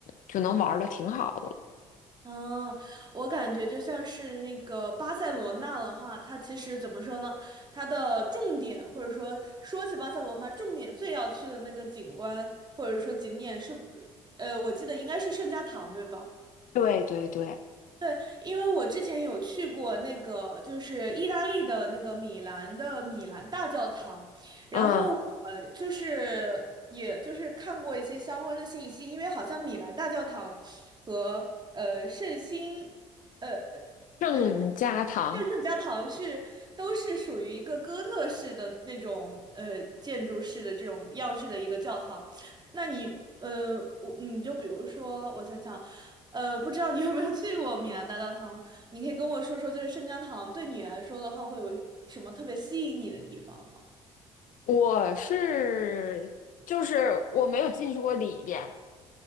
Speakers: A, on the left (about 55°); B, on the right (about 25°).
A: 就能玩的挺好的了
B: 嗯我感觉就像是那个巴塞罗那的话，它其实怎么说呢？它的重点或者说说起巴塞罗那，重点最要去的那个景观或者说景点是，呃，我记得应该是圣家堂，对吧？
A: 对对对，
B: 对，因为我之前有去过那个，就是意大利的那个米兰的米兰大教堂，然后呃，
A: 嗯，
B: 就是也就是看过一些相关的信息，因为好像米兰大教堂和呃圣心，呃
A: 郑家堂，
B: 呃，哎圣圣家堂是都是属于一个哥特式的那种呃建筑式的这种样式的一个教堂。那你呃，我你就比如说，我想想，呃，不知道你有没有去过米兰大教堂？你可以跟我说说，就是圣家堂对你来说的话，会有什么特别吸引你的地方吗？
A: 我是就是我没有进去过里边。